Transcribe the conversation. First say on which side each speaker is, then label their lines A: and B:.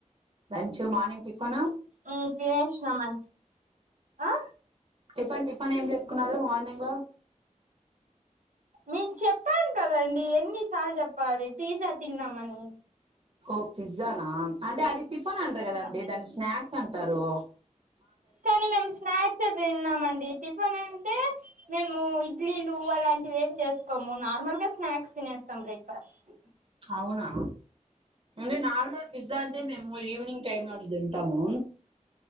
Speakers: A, on the right; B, on the right.
A: లంచ్ మార్నింగ్ టిఫిన్
B: ఉ తినేస్నం మం ఆ
A: టిఫిన్ టిఫిన్ ఏం చేసుకున్నారు మార్నింగ్
B: మీకు చెప్పాను కదండి ఎన్నిసార్లు చెప్పాలి పీజ తిన్నామని
A: ఓ పిజ్జానా అంటే అది టిఫన్ ఆండ్ర కదండి
B: ఆ
A: దాని స్నాక్స్ అంట తారు
B: కానీ మేము స్నాక్స్ ఏ తిన్నామండి టిఫిన్ అంటే మేము ఇడ్లీలు అలాంటివి ఏమి చేసుకోము నార్మల్గా స్నాక్స్ తినేస్తాం బ్రేక్ఫాస్ట్
A: అవునా ఓన్లీ నార్మల్ పిజ్జా అంటే మేము ఓ ఈవినింగ్ టైమ్ లో ఆది తింటాము